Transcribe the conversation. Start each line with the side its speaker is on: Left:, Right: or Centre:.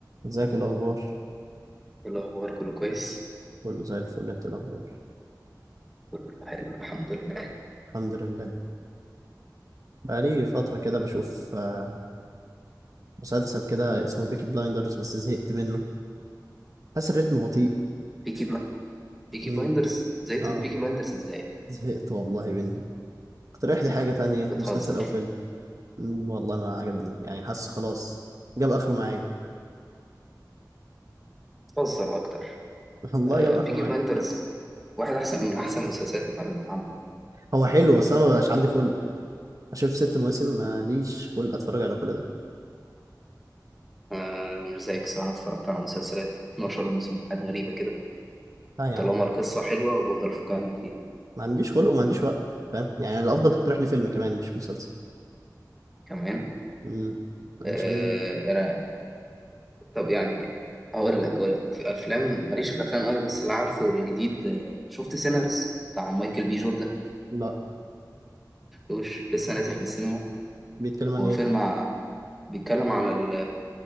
Right: ازيك الاخبار
Centre: إيه الأخبار كله كويس
Right: كله زي الفل انت إيه الاخبار
Centre: كله حلو الحمد لله
Right: الحمد لله بقالي فتره كده بشوف آه، مسلسل كده اسمه بيكي بلايندرز بس زهقت منه حاسس الريتم بطيء
Centre: بيكي بلايندرز بيكي
Right: امم
Centre: بلايندرز زيتم
Right: اه
Centre: بيكي بلايندرز إزاي
Right: زهقت والله منه اقترح لي حاجه تانية
Centre: بتهزر
Right: مسلسل او فيلم مم، والله ما عجبني يعني حاسس خلاص جاب اخره معايا
Centre: بتهزر أكتر
Right: <laughs> والله
Centre: آه
Right: جاب اخره
Centre: بيكي
Right: معايا
Centre: بلايندرز واحد أحسن من أحسن المسلسلات اللي اتع- اللي اتعملت
Right: هو حلو بس انا ما بقاش عندي خلق اشوف ست مواسم ماليش خلق اتفرج على كل ده
Centre: آه مش زيك الصراحة أنا اتفرجت على مسلسلات 12 موسم وحاجات غريبة كده
Right: لا يا
Centre: طالما
Right: عم
Centre: القصة حلوة وبفضل أكمل فيها
Right: ما عنديش خلق وما عنديش وقت فاهم يعني الافضل تقترح لي فيلم كمان مش مسلسل
Centre: كمان
Right: امم عشان
Centre: آه أنا طب يعني أقول لك أقول لك في أفلام ماليش في الأفلام قوي بس اللي عارفه الجديد آه، شفت سينرز بتاع مايكل بي جوردن
Right: لا
Centre: شفتوش لسه نازل في السينما
Right: بيتكلم عن
Centre: هو
Right: ايه
Centre: فيلم ع- بيتكلم عن ال-